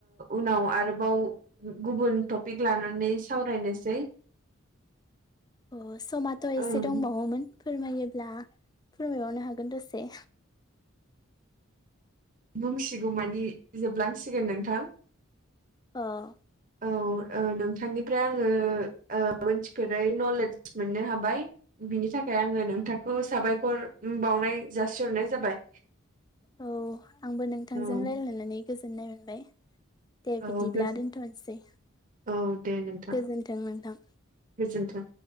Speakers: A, on the right (about 40°); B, on the left (about 20°).
A: उनाव आरोबाव गुबुन टपिक लानानै सावरायनोसै।
B: अह समथ' एसे
A: ओं
B: दंबावोमोन फोरमायोब्ला फोरमायबावनो हागोन दसे।
A: बुंसिगौ मानि जोबलांसिगोन नोंथां।
B: अह।
A: औ नोंथांनिफ्राय आङो मोनथिफेरै नलेदज मोननो हाबाय। बिनि थाखाय आङो नोंथांखौ साबायखर बावनाय जासिहरनाय जाबाय।
B: औ आंबो नोंथांजों
A: औ
B: रायलायनानै गोजोननाय मोनबाय। दे
A: औ
B: बिदिब्ला
A: गोज
B: दोनथ'नोसै
A: औ दे नोंथां
B: गोजोनथों नोंथां।
A: गोजोन्थों।